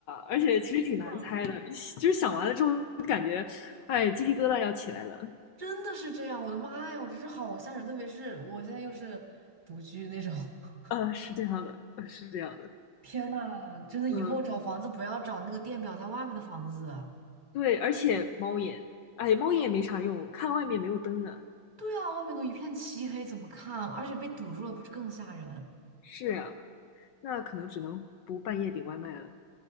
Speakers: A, on the left; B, on the right.
A: 而且其实挺难猜的，
B: 啊，
A: 就是想完了之后感觉，哎，鸡皮疙瘩要起来了，
B: 真的是这样，我的妈呀，我真是好吓人，特别是我现在又是独居那种，<laughs>
A: 呃，是这样的，呃是这样的是这样的
B: 天呐，真的以后找房子不要找那个电表在外面的房子。
A: 嗯，对，而且猫眼，哎，猫眼也没啥用，看外面没有灯啊。
B: 对啊，外面都一片漆黑，怎么看？而且被堵住了，不是更吓人？
A: 是呀，那可能只能不半夜点外卖了。